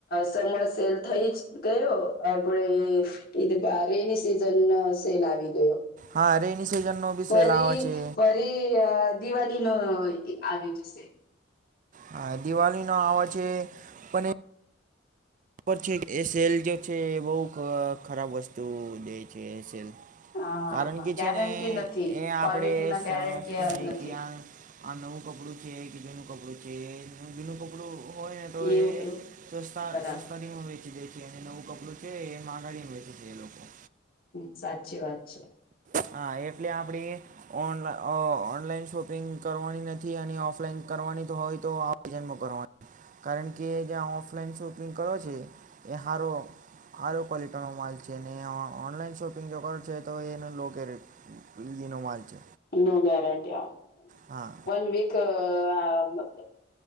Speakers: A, on the left; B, on the right.
A: સમર સેલ થઈ જ ગયો આપડે એ એઈ રેની સિઝન સેલ આવી ગયો.
B: હા રેની સિઝનનો બી
A: ફરી
B: સેલ આવે છે
A: ફરી દિવાળી ન આવી જશે.
B: હા દિવાળી નો આવા છેે પણ એ ર છે એ સલ જે છે એ બહુ ખરાબ વસ્તુ દે છે એ સેલ.
A: હા
B: કારણ કે છે
A: ગેરંટી
B: ને
A: નથી
B: એ આપણે
A: ક્વલિટી ના
B: સમજતું
A: ગેરંટી
B: નહીં
A: નથી.
B: કે આ આ નવું કપડું છે કે જૂનું કપડું છે જૂનું કપડું હોય ને તો
A: એવું
B: એ
A: એવું
B: સસ્તા
A: બરાબર.
B: સસ્તારીમાં વેચી દે છે અને નવું કપડું છે એ માંગાડીને વેચે છે એ લોકો.
A: હમ સાચી વાત છે.
B: હા એટલે આપણે ઓન ઓનલાઈન શોપિંગ કરવાની નથી અને ઓફલાઈન કરવાની તો હોય તો આ <unintelligible> કરવા કારણ કે જ્યાં ઓફલાઈન શોપિંગ કર્યો છે એ હારો હારો ક્વોલિટીનો માલ છે ને ઓનલાઈન શોપિંગ જો કરો છે તો એનું લો કેરેટ લિનો માલ છે.
A: નો ગારંટી
B: હા
A: વન વીક અ મતલબ.